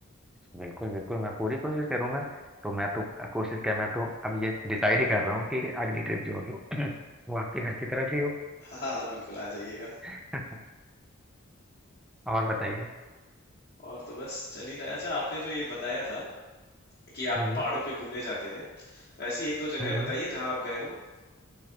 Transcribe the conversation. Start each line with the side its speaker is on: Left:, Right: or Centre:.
Centre: बिल्कुल बिल्कुल मैं पूरी कोशिश करूंगा तो मैं तो कोशिश क्या मैं तो अब ये डिसाइड ही कर रहा हूँ कि अगली ट्रिप जो होगी <clears throat> वो आपके घर की तरफ ही हो
Left: हाँ बिल्कुल आ जाइएगा
Centre: <laughs> और बताइए
Left: और तो बस चल ही रहा है अच्छा आपने जो ये बताया था कि आप
Centre: हम्म
Left: पहाड़ों पे घूमने जाते हैं तो ऐसी एक दो जगह
Centre: हम्म
Left: बताइए जहाँ आप गए हो